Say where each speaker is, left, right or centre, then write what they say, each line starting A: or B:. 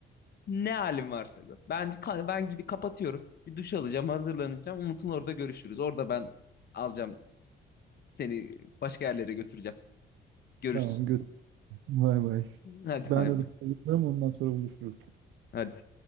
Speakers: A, on the left (about 55°); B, on the right (about 80°).
A: Ne halim varsa gör. Ben ka- ben gidip kapatıyorum. Bir duş alacağım, hazırlanacağım. Umut'un orada görüşürüz. Orada ben alacağım seni başka yerlere götüreceğim. Görüşürüz.
B: Tamam götür. Bay bay.
A: Hadi
B: Ben
A: bay
B: de
A: bay.
B: duruyorum ondan sonra buluşuruz.
A: Hadi.